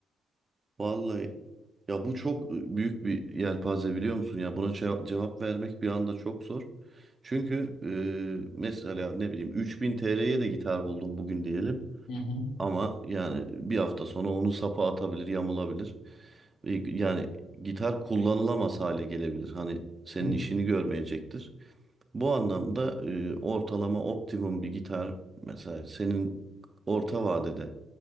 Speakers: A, on the right; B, on the left.
A: Vallahi ya bu çok büyük bir yelpaze biliyor musun ya buna ce- cevap vermek bir anda çok zor. Çünkü e, mesela ne bileyim 3000 TL'ye de gitar buldum bugün diyelim
B: Hı hı.
A: ama yani bir hafta sonra onun sapı atabilir, yamulabilir. E, Yani gitar kullanılamaz hale gelebilir. Hani senin
B: Hı.
A: işini görmeyecektir. Bu anlamda e, ortalama optimum bir gitar mesela senin orta vadede